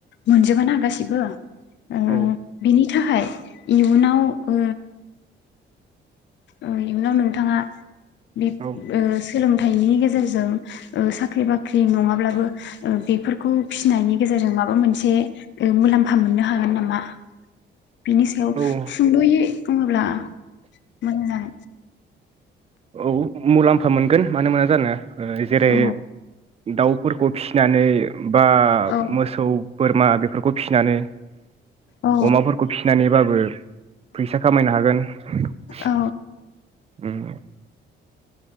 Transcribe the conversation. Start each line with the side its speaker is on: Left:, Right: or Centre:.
Left: मोनजबाना गासैबो। ओ
Right: औ
Left: बिनि थाखाय इयुनाव ओ ओ इयुनाव नोंथाङा बि
Right: औ
Left: ओ सोलोंथाइनि गेजेरजों ओ साख्रि बाख्रि नङाब्लाबो बेफोरखौ फिसिनायनि गेजेरजों माबा मोनसे ओ मुलाम्फा मोननो हागोन नामा? बिनि सायाव
Right: औ
Left: सुंद'यै बुङोब्ला मोजां।
Right: औ मुलाम्फा मोनगोन मानो मोना जानो जेरै
Left: औ
Right: दाउफोरखौ फिसिनानै बा
Left: औ
Right: मोसौ बोरमा बेफोरखौ फिसिनानै
Left: औ
Right: अमाफोरखौ फिनानैबाबो फैसा खामायनो हागोन ओम
Left: औ